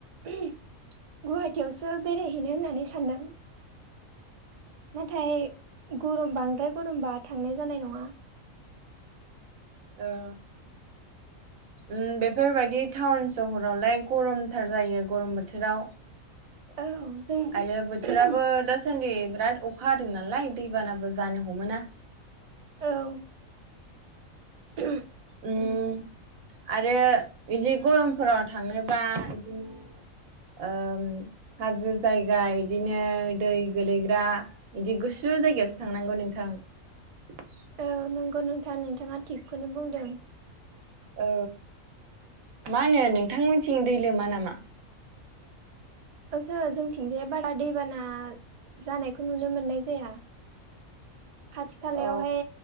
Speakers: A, on the right; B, on the right.
A: गुवाहाटियावसो बेरायहैनो होननानै सानदों नाथाय गरम बांद्राय गरमबा थांनाय जानाय नङा
B: ओ ओम बेफोर बायदि थाउन सह'रावलाय गरमथार जायो गरम बोथोराव
A: औ जों
B: आरो बोथोराबो दासान्दि ब्राद अखा हादों नालाय दै बानाबो जानो हमो ना
A: औ <unintelligible>
B: उम आरो बिदि गरमफोराव थाङोबा बिदिनो
A: <inaudible>
B: ओम हाजो जायगा इदिनो दै गोलैग्रा इदि गुसु जाय गायावसो थांनांगौ नोंथां ।
A: औ नोंगौ नोंथां नोंथाङा थिगखौनो बुंदों ।
B: औ मानो नोंथांमोनथिं दै लोमा नामा?
A: ओहो जोंथिंजाय बारा दैबाना जानायखौ नुनो मोननाय जाया । खाथि खालायावहाय
B: औ